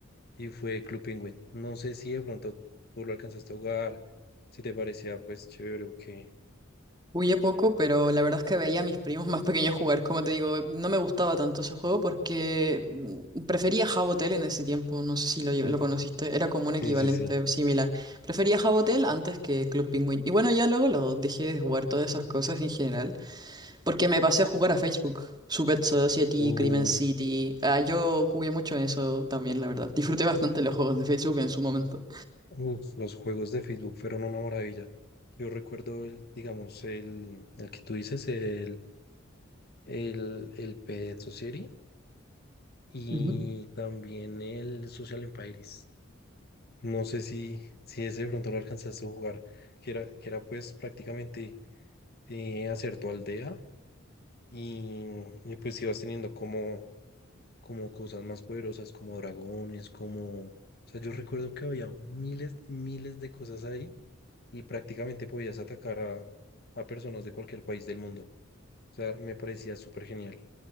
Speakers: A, on the left; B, on the right.
A: y fue Club Penguin. No sé si de pronto tú lo alcanzaste a jugar, si te parecía pues chévere o qué.
B: Jugué poco, pero la verdad es que veía a mis primos más <laughs> pequeños jugar. Como te digo, no me gustaba tanto ese juego porque mm, prefería Jabotel en ese tiempo. No sé si lo, lle-
A: Ujú.
B: lo conociste. Era como un
A: Sí,
B: equivalente
A: sí, sí.
B: similar. Prefería Jabotel antes que Club Penguin. Y bueno, ya luego lo dejé de jugar todas esas cosas en general. Porque me pasé a jugar a Facebook. Super Society,
A: Uh,
B: Crimen City. Ah, yo jugué mucho en eso también, la verdad. Disfruté bastante los juegos de Facebook en su momento.
A: uf, los juegos de Facebook fueron una maravilla. Yo recuerdo el, digamos, el, el que tú dices, el, el, el Pet Society y
B: Ujú.
A: también el Social Empires. No sé si, si ese de pronto lo alcanzaste a jugar, que era, que era pues prácticamente eh, hacer tu aldea y, y pues ibas teniendo como como cosas más poderosas, como dragones, como... O sea, yo recuerdo que había miles, miles de cosas ahí y prácticamente podías atacar a, a personas de cualquier país del mundo. O sea, me parecía súper genial.